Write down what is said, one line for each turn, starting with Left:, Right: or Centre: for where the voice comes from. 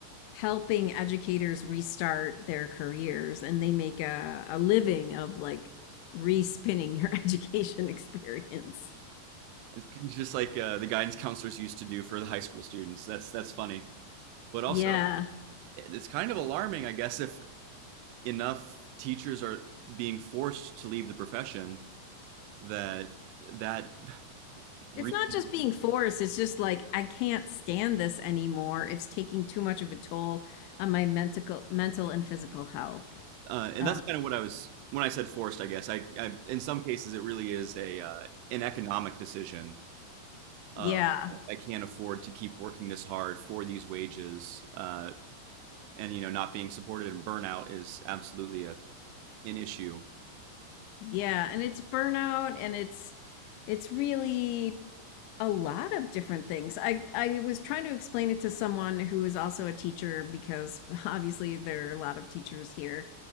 Left: helping educators restart their careers and they make a, a living of like respinning your <laughs> education experience.
Right: it's just like uh, the guidance counselors used to do for the high school students. That's that's funny, but also
Left: Yeah.
Right: it's kind of alarming, I guess, if enough teachers are being forced to leave the profession that that reason
Left: It's not just being forced, it's just like I can't stand this anymore. It's taking too much of a toll on my mental mental and physical health.
Right: Uh, and
Left: Uh,
Right: that's kind of what I was when I said forced. I guess I, I in some cases it really is a uh, an economic decision. Uh,
Left: yeah.
Right: I can't afford to keep working this hard for these wages, uh, and you know, not being supported and burnout is absolutely a, an issue.
Left: Yeah, and it's burnout and it's it's really a lot of different things. I I was trying to explain it to someone who is also a teacher because <laughs> obviously there are a lot of teachers here